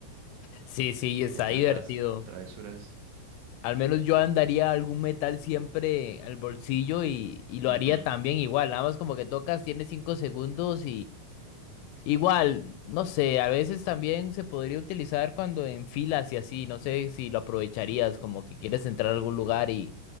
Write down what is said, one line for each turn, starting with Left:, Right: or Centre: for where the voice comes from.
Left: Sí, sí, está
Right: que tantas
Left: divertido.
Right: travesuras.
Left: Al menos yo andaría algún metal siempre al bolsillo y, y lo
Right: Ujú,
Left: haría también igual. Nada más como que tocas, tienes cinco segundos Igual, no sé, a veces también se podría utilizar cuando en filas y así, no sé si lo aprovecharías, como que quieres entrar a algún lugar y,